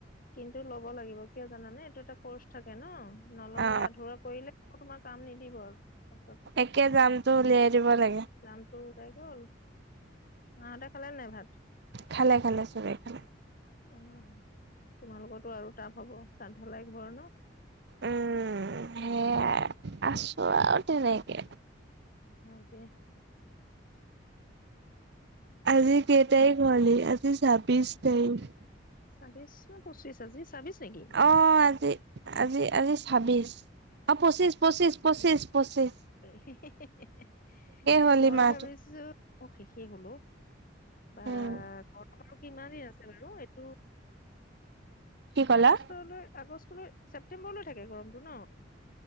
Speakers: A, on the left; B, on the right.
A: কিন্তু ল'ব লাগিব কিয় জানানে এইটো এটা কৰ্চ থাকে ন। নললে
B: অ
A: আধৰুৱা কৰিলে তোমাৰ কাম নিদিব আৰু ত পাছত।
B: একে জামটো উলিয়াই দিব লাগে
A: জামতটো ওলাই গল মাহতে খালে নাই ভাত?
B: খালে - খালে চব খালে।
A: অ, তোমালোকো আৰু টাপ হব চান্ধালাই ঘৰ ন।
B: উম, সেয়াই আছো আৰু তেনেকে।
A: অ, দে
B: আজি কেই তাৰিখ হ'লি আজি ছাব্বিশ তাৰিখ।
A: ছাব্বিশ নে পচিছ আজি ছাব্বিশ নেকি
B: অ, আজি আজি - আজি ছাব্বিশ। অ, পচিছ - পচিছ - পচিছ - পচিছ।
A: হে - হে - হে - হে, এ
B: হ'ল
A: মই
B: এই মাহটো
A: ভাবিছো অ, শেষেই হল। বা
B: উম
A: গৰম আৰুো কিমান দিন আছে বাৰু এইটো
B: কি ক'লা
A: আগষ্টলৈ - আগষ্টলৈ ছেপ্তেম্বৰলৈ থাকে গৰমতটো ন।